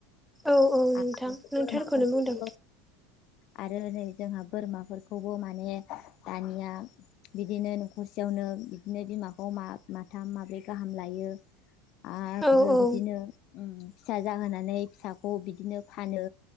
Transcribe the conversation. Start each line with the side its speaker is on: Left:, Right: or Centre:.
Centre: औ औ
Left: आरो
Centre: नोंथां नों
Left: बोरमाफोरखौबो
Centre: थारखौनो बुंदों
Left: आरो नै जोंहा बोरमाफोरखौबो माने दानिया बिदिनो न'खरसे यावनो बिदिनो बिमाखौ माथाम माब्रै गाहाम लायो आरो
Centre: औ
Left: आरो
Centre: औ
Left: बिदिनो फिसा जाहोनानै फिसाखौ बिदिनो फानो